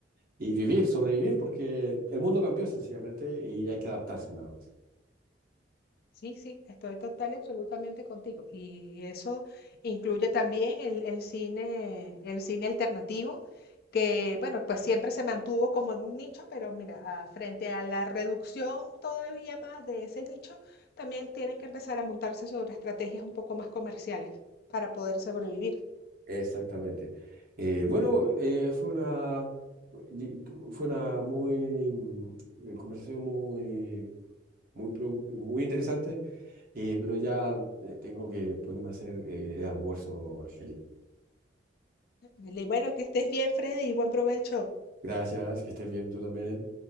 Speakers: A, on the right (about 55°); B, on the left (about 60°).
A: y vivir, sobrevivir, porque el mundo cambió sencillamente y hay que adaptarse nada más.
B: Sí, sí, estoy total y absolutamente contigo. Y eso incluye también el, el cine, el cine alternativo, que bueno, pues siempre se mantuvo como en un nicho, pero mira, ah, frente a la reducción todavía más de ese nicho, también tienen que empezar a montarse sobre estrategias un poco más comerciales para poder sobrevivir.
A: Exactamente. Eh, bueno, eh, fue una y- fue una muy mm, eh, conversación muy muy pro- muy interesante, eh, pero ya eh, tengo que ponerme a hacer eh, el almuerzo, Angélica.
B: Vale, Bueno, que estés bien, Freddy, y buen provecho.
A: Gracias, que estés bien tú también.